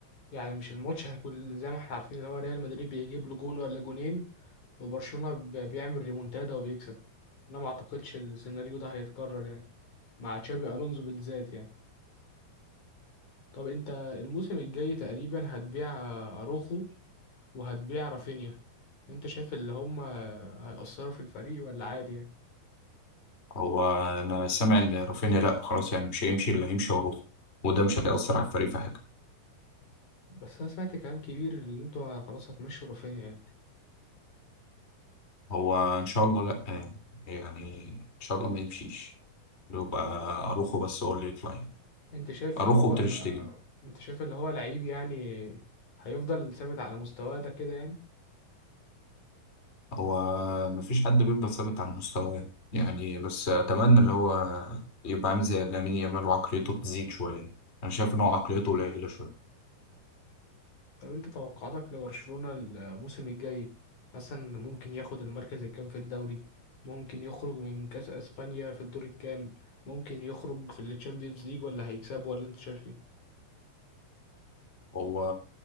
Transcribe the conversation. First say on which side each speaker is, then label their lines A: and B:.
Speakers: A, on the left; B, on the left.
A: يعني مش الماتش هيكون زي ما احنا عارفين اللي هو ريال مدريد بيجيب له جون ولا جونين وبرشلونة ب- بيعمل ريمونتادا وبيكسب انا ما اعتقدش السيناريو ده هيتكرر يعني مع تشابي الونزو بالذات يعني طب انت الموسم الجاي تقريبا هتبيع آه، اروخو وهتبيع رافينيا انت شايف اللي هم هيأثروا في الفريق ولا عادي يعني
B: هو انا سامع ان رافينيا لا خلاص يعني مش هيمشي اللي هيمشي وروح وده مش هيأثر على الفريق في حاجه
A: بس انا سمعت كلام كبير اللي انتوا خلاص هتمشوا رافينيا يعني
B: هو ان شاء الله لا يعني يعني ان شاء الله ما يمشيش يبقى
A: و-
B: اروخو بس هو اللي يطلع يعني.
A: انت شايف
B: اروخو
A: اللي هو
B: وتريشتجن
A: انت شايف اللي هو لعيب يعني هيفضل ثابت على مستواه ده كده يعني
B: هو ما فيش حد بيفضل ثابت على مستواه يعني بس اتمنى اللي هو يبقى عامل زي لامين يامال وعقليته تزيد شويه انا شايف ان هو عقليته قليله شويه
A: طب انت توقعاتك لبرشلونة الموسم الجاي مثلا ممكن ياخد المركز الكام في الدوري ممكن يخرج من كأس اسبانيا في الدور الكام ممكن يخرج في الشامبيونز ليج ولا هيكسب ولا انت شايف ايه
B: هو